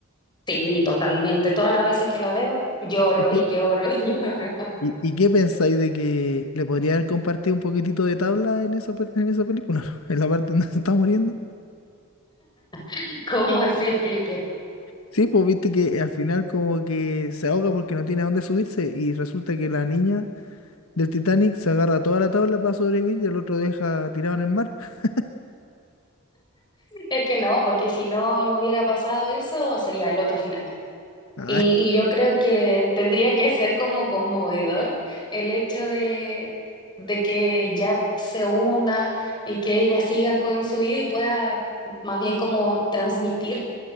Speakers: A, on the left; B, on the left.
A: Sí, totalmente. Todas las veces que la veo, lloro
B: ¿Y qué,
A: y lloro y lloro.
B: y, y qué pensáis de que le podría haber compartido un poquitito de tabla en esa, pe- en esa película? <laughs> En la parte donde se está muriendo.
A: <laughs> ¿Cómo se explique?
B: Sí, pues viste que al final como que se ahoga porque no tiene a dónde subirse y resulta que la niña del Titanic se agarra a toda la tabla para sobrevivir y el otro deja tirado en el mar. <laughs>
A: Es que no, porque si no, no hubiera pasado eso, sería el otro final.
B: Ah,
A: Y, y yo creo que tendría que ser como conmovedor el hecho de, de que Jack se una y que ella siga con su vida y pueda más bien como transmitir